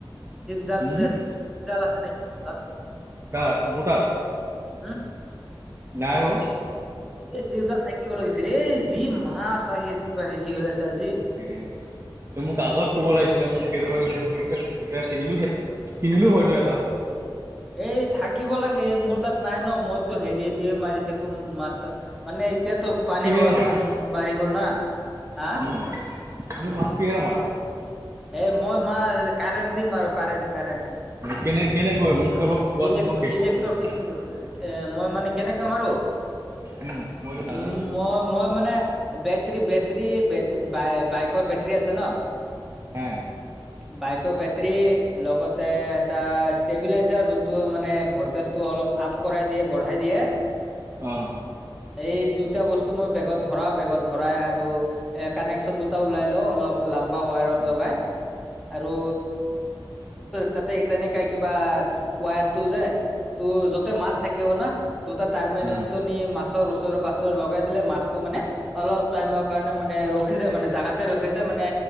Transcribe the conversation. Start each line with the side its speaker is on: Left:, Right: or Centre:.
Centre: সিব জাল
Right: হুম?
Centre: যে। জাল আছে নেকি? তাত
Right: কাৰ মোৰ তাত?
Centre: উম
Right: নাই অ।
Centre: এই শিউজা থাকিব লাগিছিল। এই যি মাছ আ এত কিবা হেৰি হৈ আছে আজি।
Right: <unintelligible> তই মোক আগত ক'ব লাগিছিলে। মোক কি <unintelligible> তোৰ তাত তেতিয়া কিনিলো হেত কিনিলো হয়তো এটা।
Centre: এই থাকিব লাগে। মোৰ তাত নাই ন। মইতো হেৰিয়ে দিয়ে মাৰি থাকো মাছ-তাছ। মানে এতিয়াটো পানী
Right: কিহেৰে
Centre: উ বা
Right: মাৰা
Centre: বাঢ়ি গ'ল না। হা?
Right: উম তুমি মাছ কিহেৰে
Centre: কি
Right: মাৰা?
Centre: এ মই মাৰ কাৰেণ্ট দি মাৰো কাৰেণ্ট, কাৰেণ্ট।
Right: কেনে কেনেকৈ মোক অলপ কোৱাচোন
Centre: ইলেক
Right: মই শিকো
Centre: ইলেক্ট্ৰ
Right: বস্তু
Centre: ফিচিং কৰো। এ মই মানে কেনেকে মাৰো?
Right: উম মইতো নাজানো
Centre: উম
Right: যে
Centre: মই মই মানে বেটৰী, বেটেৰী বেত বাইকৰ বেটেৰী আছে ন।
Right: হুম।
Centre: বাইকৰ বেটৰী লগতে এটা ষ্টেবিলাইজাৰ যোনটো মানে ভলটেজ টো অলপ আপ কৰাই দিয়ে বঢ়াই দিয়ে।
Right: অ।
Centre: এই দুইটা বস্তু মই বেগত ভৰাওঁ, বেগত ভৰাই আৰু এ কানেকচন দুটা ওলাই লও অলপ লাম্বা ৱাৰত
Right: উম
Centre: লগাই আৰু তাতে তেনেকাই কিবা ৱাৰটো যে তোৰ য'তে মাছ থাকিব না দুটা টাৰ্মিনেলটো
Right: উম
Centre: নি মাছৰ ওচৰ পাছৰ লগাই দিলে মাছটো মানে অলপ টাইমৰ কাৰণে মানে ৰখি যায় মানে জাগাতে ৰখি যায় মানে